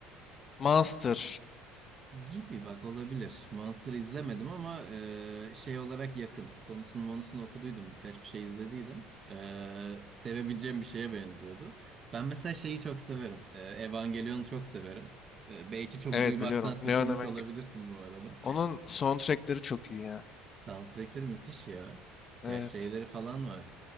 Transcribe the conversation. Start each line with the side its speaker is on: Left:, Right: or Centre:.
Left: Monster.
Right: gibi bak olabilir. Monster izlemedim ama e, şey olarak yakın. Konusunu monusunu okuduydum. Birkaç bir şey izlediydim. E, sevebileceğim bir şeye benziyordu. Ben mesela şeyi çok severim. E, Evangelion'u çok severim. E, belki çok
Left: Evet
Right: duymaktan
Left: biliyorum.
Right: sıkılmış
Left: Neon Evangel-
Right: olabilirsin bu arada.
Left: Onun soundtrackleri çok iyi ya.
Right: <laughs> Soundtrackleri müthiş ya.
Left: Evet.
Right: Ya şeyleri falan var.